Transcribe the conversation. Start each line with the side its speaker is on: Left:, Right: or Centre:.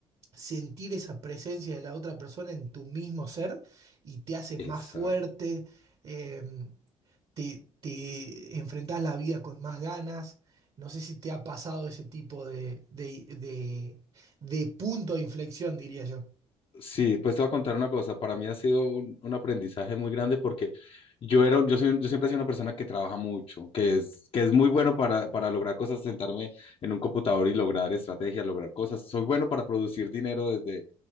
Right: sentir esa presencia de la otra persona en tu mismo ser y te haces
Left: Exacto.
Right: más fuerte, em, te, te enfrentás la vida con más ganas. No sé si te ha pasado ese tipo de, de, de, de punto de inflexión, diría yo.
Left: Sí, pues te voy a contar una cosa. Para mí ha sido un, un aprendizaje muy grande porque yo era, yo soy, yo siempre he sido una persona que trabaja mucho, que es, que es muy bueno para, para lograr cosas, sentarme en un computador y lograr estrategias, lograr cosas. Soy bueno para producir dinero desde,